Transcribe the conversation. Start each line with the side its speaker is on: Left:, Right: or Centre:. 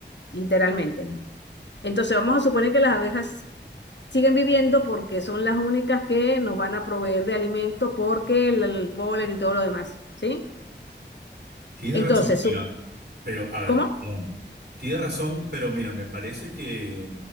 Left: literalmente.
Right: sí.
Left: Entonces vamos a suponer que las abejas siguen viviendo porque son las únicas que nos van a proveer de alimento porque el el polen y todo lo demás, ¿sí?
Right: Tiene
Left: Entonces,
Right: razón, mira, pero a ver,
Left: ¿Cómo?
Right: no. Tienes razón, pero mira, me parece que